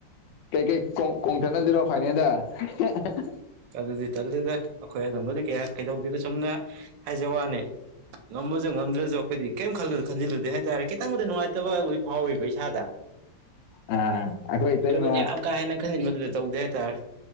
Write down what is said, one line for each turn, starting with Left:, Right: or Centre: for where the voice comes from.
Left: ꯀꯩ ꯀꯩ ꯀꯣꯡ ꯀꯣꯡꯊꯅꯖꯤꯔꯣ ꯐꯥꯏꯅꯦꯜꯗ <unintelligible>
Right: ꯑꯗꯨꯗꯤ ꯇꯜꯂꯤꯗ ꯑꯩꯈꯣꯏ ꯑꯗꯨꯝꯕꯗꯤ ꯀꯌꯥ ꯀꯩꯗꯧꯗꯦꯗ ꯆꯨꯝꯅ ꯍꯥꯏꯖ ꯋꯥꯅꯦ ꯉꯝꯃꯁꯨ ꯉꯝꯗ꯭ꯔꯁꯨ ꯑꯩꯈꯣꯏꯗꯤ ꯀꯩꯝ ꯈꯜꯂꯨ ꯈꯟꯖꯤꯜꯂꯨꯗꯦ ꯍꯥꯏꯇꯥꯔꯦ ꯈꯤꯇꯪꯕꯨꯗꯤ ꯉꯥꯏꯇꯕ ꯐꯥꯎꯋꯦꯕ ꯏꯁꯥꯗ꯫
Left: ꯑꯥ ꯑꯩꯈꯣꯏ ꯏꯇꯩꯃ
Right: ꯅꯠꯇ꯭ꯔꯒꯗꯤ ꯌꯥꯝ ꯀꯥ ꯍꯦꯟꯅ ꯈꯟꯖꯤꯟꯕꯗꯨꯗꯤ ꯇꯧꯗꯦ ꯍꯥꯏꯇꯥꯔꯦ꯫